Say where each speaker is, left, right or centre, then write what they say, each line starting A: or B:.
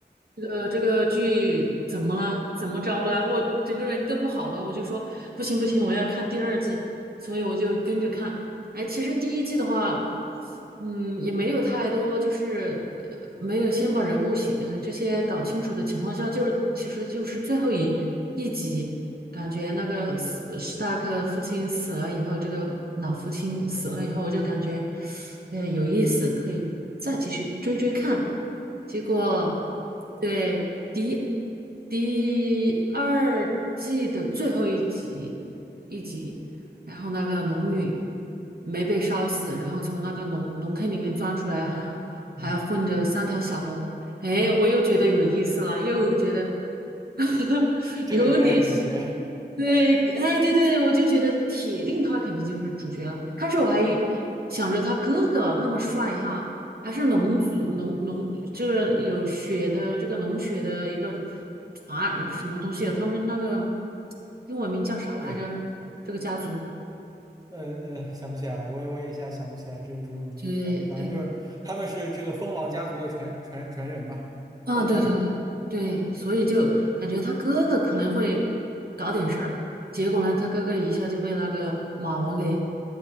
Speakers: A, on the right (about 60°); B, on the right (about 20°).
A: 这个这个剧怎么了？怎么着了？我整个人都不好了，我就说不行不行，我要看第二季，所以我就跟着看。哎，其实第一季的话，嗯，也没有太多，就是呃，没有先把人物写呃这些搞清楚的情况下，就是其实就是最后一一集。感觉那个史史大哥父亲死了以后，这个老父亲死了以后，我就感觉，哎呀，有意思，可以再继续追追看。结果，对，第第二季的最后一集，一集，然后那个龙女没被烧死，然后从那个龙龙坑里面钻出来，还还混着三条小龙。
B: 嗯，
A: 哎，我又觉得有意思了，又觉得 <laughs>
B: 这这个应该是主角。
A: 有点对，对，哎，对对，我就觉得铁定他肯定就是主角了。开始我还以想着他哥哥那么帅哈，还是龙族龙龙，这个有血的这个龙血的一个啊什么东西啊，他们那个英文名叫啥来着？
B: <laughs> 对，
A: 这个家族，
B: 呃呃，想不起来了，我也我也一下想不起来这个朱文明这个家族，
A: 对，
B: 反正就是他们是这个蜂王家族的传传传人嘛，
A: 啊，
B: 后代嘛。
A: 对对对对，所以就感觉他哥哥可能会搞点事儿，结果呢，他哥哥一下就被那个马王给